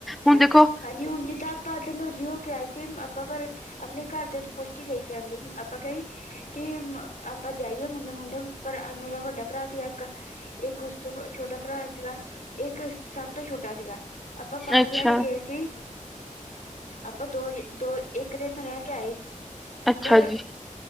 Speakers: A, on the left; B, in the centre.
A: ਹਾਂਜੀ-ਹਾਂਜੀ,
B: ਹੁਣ ਦੇਖੋ
A: ਹੁਣ ਜਿੱਦਾਂ ਆਪਾਂ ਡਲਹੌਜੀ ਹੋ ਕੇ ਆਏ ਸੀ। ਆਪਾਂ ਪਰ ਆਪਣੇ ਘਰਦਿਆਂ ਤੋਂ ਪੁੱਛ ਕੇ ਗਈ ਫੈਮਿਲੀ 'ਚ' ਆਪਾਂ ਕਈ ਕਿ ਆਪਾਂ ਜਾਈਏ ਮੁੰਡੇ- ਮੁੰਡੇ, ਪਰ ਮੇਰਾ ਵੱਡਾ ਭਰਾ ਸੀ। ਇੱਕ ਇੱਕ ਉਸ ਤੋਂ ਛੋਟਾ ਭਰਾ ਸੀਗਾ। ਇੱਕ ਸਭ ਤੋਂ ਛੋਟਾ ਸੀਗਾ ਆਪਾਂ। ਪੰਜ
B: ਅੱਛਾ
A: ਜਾਣੇ ਗਏ ਸੀ। ਆਪਾਂ ਦੋ-ਦੋ, ਇੱਕ ਦਿਨ ਤੇ ਰਹਿ ਕੇ ਆਏ।
B: ਅੱਛਾ
A: ਪਰ
B: ਜੀ